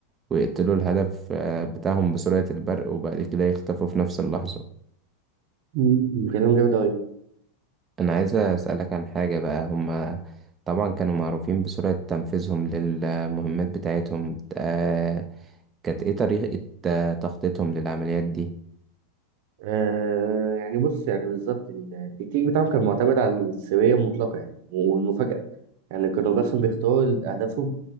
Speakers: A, on the right; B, on the right.
A: ويقتلوا الهدف آه، بتاعهم بسرعة البرق وبعد كده يختفوا في نفس اللحظة
B: مم. كلام جامد أوي
A: أنا عايز أسألك عن حاجة بقى هما طبعا كانوا معروفين بسرعة تنفيذهم للمهمات بتاعتهم آه، كانت إيه طريقة آه، تخطيطهم للعمليات دي؟
B: آه يعني بص يعني بالظبط التكتيك بتاعهم كان معتمد على السرية المطلقة يعني والمفاجأة يعني كانوا بس بيختاروا أهدافهم